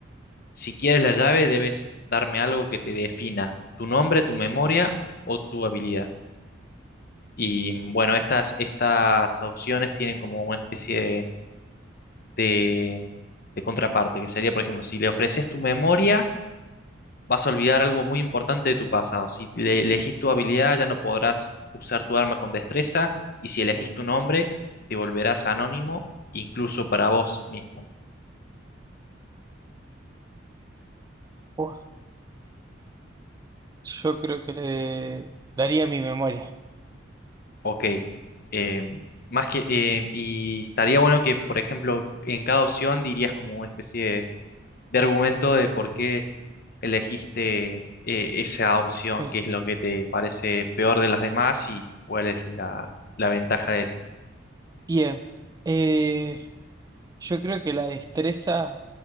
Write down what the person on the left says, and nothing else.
Si quieres la llave, debes darme algo que te defina, tu nombre, tu memoria o tu habilidad. Y bueno, estas, estas opciones tienen como una especie de, de- de contraparte, que sería, por ejemplo, si le ofreces tu memoria, vas a olvidar algo muy importante de tu pasado. Si le elegís tu habilidad, ya no podrás usar tu arma con destreza, y si elegís tu nombre, te volverás anónimo, incluso para vos mismo.
Ok. eh, más que, eh, y estaría bueno que, por ejemplo, en cada opción dirías como una especie de de argumento de por qué elegiste eh, esa opción,
qué es lo que te parece peor de las demás y cuál es la, la ventaja de esa.